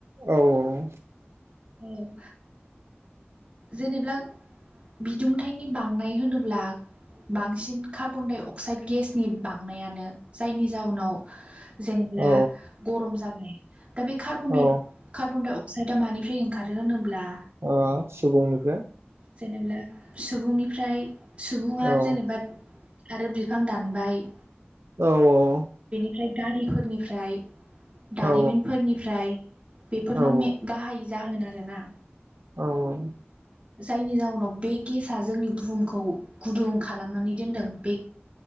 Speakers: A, on the right (about 90°); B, on the right (about 30°).
A: औ औ
B: औ जेनेब्ला बिदुंथाइनि बांनाय होनोब्ला बांसिन कार्बन डाइ अक्साइड गेसनि बांनायानो जायनि जाउनाव जेनेब्ला
A: औ
B: गरम जाबाय दा बे कार्बन डाइ
A: औ
B: कार्बन डाइ अक्साइदआ मानिफ्राय ओंखारो होनोब्ला
A: अ सुबुंनिफ्राय
B: जेनेबा सुबुंनिफ्राय सुबुङा
A: औ
B: जेनेबा आरो बिफां दानबाय
A: औ औ
B: ओमफ्राय गारिफोरनिफ्राय दारिमिनफोरनिफ्राय
A: औ
B: बेफोरनो
A: औ
B: मे-गाहाय जागोन आरोना
A: औ
B: जायनि जाउनाव बे गेसआ जोंनि बुहुमखौ गुदुं खालामनानै दोनदों बे